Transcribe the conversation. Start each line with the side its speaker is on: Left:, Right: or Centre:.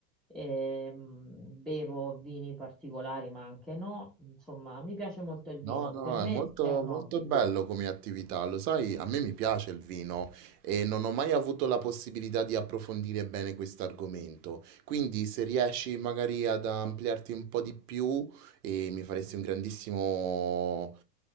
Centre: ehm, bevo vini particolari, ma anche no. Insomma, mi piace molto il
Right: No,
Centre: vino,
Right: no,
Centre: per me
Right: è molto,
Centre: è un
Right: molto
Centre: hobby.
Right: bello come attività, lo sai, a me mi piace il vino e non ho mai avuto la possibilità di approfondire bene questo argomento, quindi se riesci magari ad ampliarti un po' di più eh, mi faresti un grandissimo